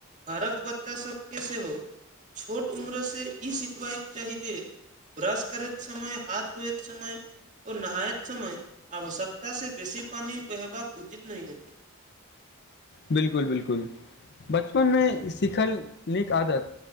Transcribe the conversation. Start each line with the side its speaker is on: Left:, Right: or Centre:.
Right: घरक बच्चा सब के सेहो छोट उम्र से ई सिखबाअ के चाहि जे ब्रश करैत समय हाथ धुएत समय ओ नहायत समय आवश्यकता से बेसी पानी बहबाक उचित नहि ह
Left: बिल्कुल बिल्कुल बचपन मे सिखल नीक आदत